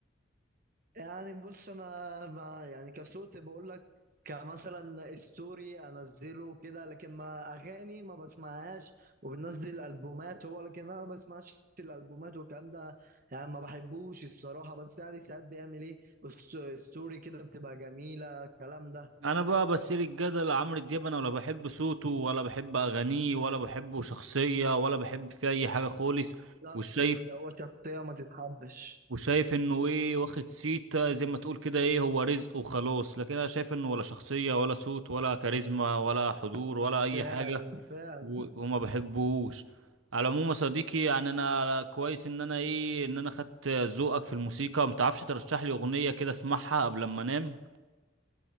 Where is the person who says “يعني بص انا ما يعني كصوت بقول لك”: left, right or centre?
Right